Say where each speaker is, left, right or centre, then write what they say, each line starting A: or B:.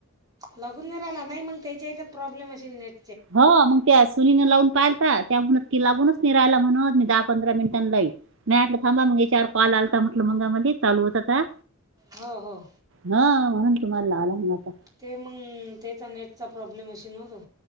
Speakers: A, on the right (about 20°); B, on the right (about 60°).
A: लागून नाही राहिला. नाही मग त्याच्या हेच्यात प्रॉब्लेम असेल नेट
B: हां मंग त्या सुनीने लावून पालता त्या म्हणत की लागूनच नाही राहायला म्हणत मी दहा पंधरा मिनिटां लाईन. मी म्हटलं थांबा मंग हे चार कॉल आलता म्हटलं मगा अमाली चालू होतं त्या.
A: हो हो.
B: हा म्हणून तुम्हाला लावला मी आता.
A: ते मंग त्याचा नेटचा प्रॉब्लेम अशी नव्हतो.